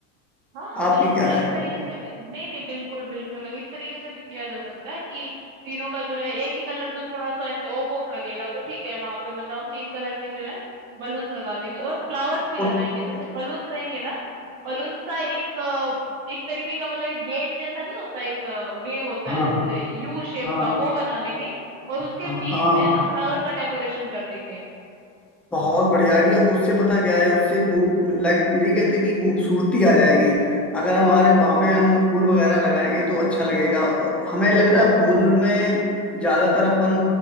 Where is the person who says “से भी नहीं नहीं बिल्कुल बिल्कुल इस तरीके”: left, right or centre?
Right